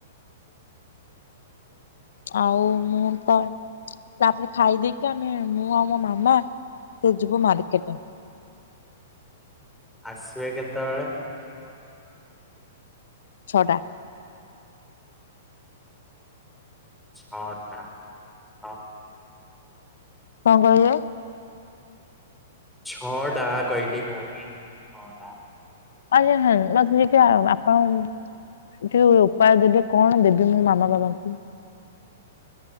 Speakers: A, on the left; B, in the centre.
A: ଆଉ ମୁଁ ତ। ତାପରେ ଖାଇ ଦେଇକି ଆମେ ମୁଁ ଆଉ ମୋ ମାମା ସେ ଯିବୁ ମାର୍କେଟ।
B: ଆସିବେ କେତେବେଳେ।
A: ଛଅଟା।
B: ଛଅଟା। ହଁ
A: କଣ କହିଲେ।
B: ଛଅଟା କହିଲି ମୁଁ ବି ଛଅଟା।
A: ଆରେ ରେରେ ମତେ ଟିକେ ଆପଣଙ୍କ। ଟିକେ ଉପାୟ ଦେବି କଣ ଦେବି ମୁଁ ମାମା ବାବାଙ୍କୁ‌।